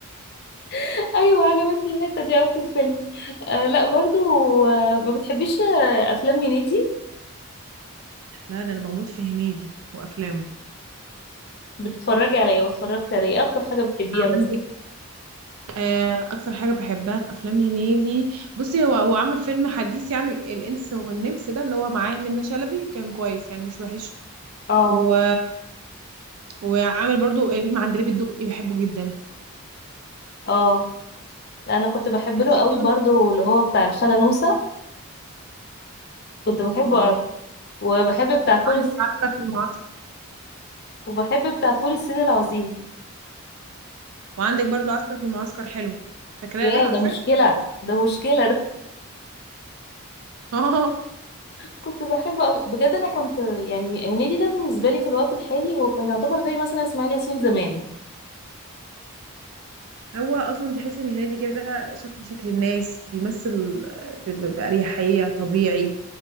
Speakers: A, on the left; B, on the right.
A: <laughs> أيوة عجبتني الحتة دي أوي في الفيلم آه لا برضو آه ما بتحبيش آه، أفلام هنيدي
B: لا ده انا بموت في هنيدي وافلامه
A: بتتفرجي عليا واتفرجت عليا إيه أكتر حاجة بتحبيها
B: عندك
A: مثلا
B: آه، اكتر حاجه بحبها في افلام هنيدي بصي هو هو عمل فيلم حديث يعني ال- الانس والنمس ده اللي هو معاه منة شلبي كان كويس يعني مش وحش
A: اه
B: و... وعامل برضو فيلم عندليب الدقي بحبه جدا
A: اه لا أنا كنت بحب
B: اي
A: له
B: في
A: قوي
B: افلام
A: برضو اللي هو بتاع الخالة نوسة كنت بحبه
B: اه
A: أوي. وبحب بتاع فول
B: وعندك
A: الصين
B: عسكر في المعسكر
A: وبحب بتاع فول الصين العظيم
B: وعندك برضو عسكر في المعسكر حلو فاكراه
A: يا
B: ده عارفاه
A: ده مشكلة ده مشكلة ده
B: اه
A: كنت بحبه أوي بجد أنا كنت يعني هنيدي ده بالنسبة لي في الوقت الحالي هو كان يعتبر زي مثلا إسماعيل ياسين زمان
B: <laughs> هو اصلا تحس ان هنيدي كده شكله شكل الناس بيمثل ب- ب- بأريحية طبيعي